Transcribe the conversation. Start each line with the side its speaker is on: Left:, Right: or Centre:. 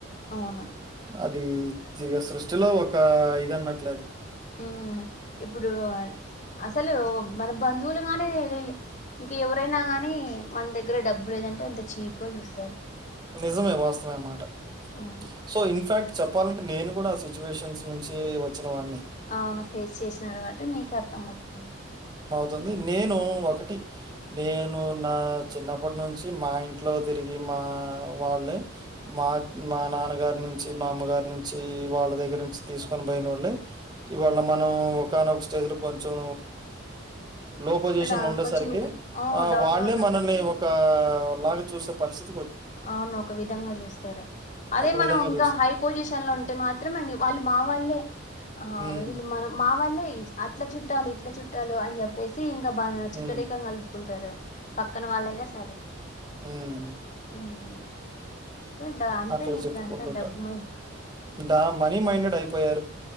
Left: అవును
Right: అది ఇగ సృష్టిలో ఒక ఇది అన్నట్లే అది
Left: ఉమ్ ఇప్పుడు అసలు మన బంధువులుగాని రిలే ఇంకా ఎవరైనా కానీ మన దగ్గర డబ్బు లేదంటే ఇంత చీప్గా చూస్తారు.
Right: నిజమే వాస్తవే ఆ మాట
Left: అవును
Right: సో ఇన్ఫాక్ట్ చెప్ చెప్పాలంటే నేను కూడా సిచ్యువేషన్స్ నుంచి వచ్చిన వాడినే.
Left: అవునా ఫేస్ చేసినారు కాబట్టి మీకి అర్థం అవుతుంది.
Right: తుంది నేను ఒకటి నేను నా చిన్నప్పటి నుంచి మా ఇంట్లో తిరిగి మా మా వాళ్ళే మా మా నాన్నగారి నుంచి మా అమ్మగారి నుంచి వాళ్ళ దగ్గర క్స్ తీసుకొని పోయిన వాళ్ళే ఇవాళ మనం ఒకానొక స్టేజ్ లో కొంచెం లో పొజిషన్
Left: అ
Right: లో ఉండేసరికి
Left: కొంచెం
Right: ఆ
Left: డౌన్లో
Right: వాళ్ళే
Left: ఉన్నప్పటికీ
Right: మనల్ని ఒక లాగా చూసే పరిస్థిత్
Left: అవును ఒక విధంగా చూస్తారు. అదే
Right: ఒక
Left: మనం
Right: విధంగా
Left: ఇంకా
Right: చూస్తే
Left: హై పొజిషన్ లో ఉంటే మాత్రం ఇంగ వాళ్ళు మా వాళ్ళే ఆ
Right: హ్మ్.
Left: వీళ్ళు మన మా వాళ్ళే అట్లా చుట్టాలు ఇట్ల చుట్టాలు అని చెప్పేసి ఇంక బాగా
Right: హ్మ్.
Left: చుట్టరికం కలుపుకుంటారు పక్కన వాళ్ళైనా సరే
Right: ఉమ్
Left: ఉమ్ అంటే డ- అంతే
Right: అట్లా
Left: ఇప్పుడు
Right: చెప్పుకుంటుంటారు
Left: అంతా డబ్బు మయం
Right: ద మనీ మైండెడ్ అయిపో పోయారు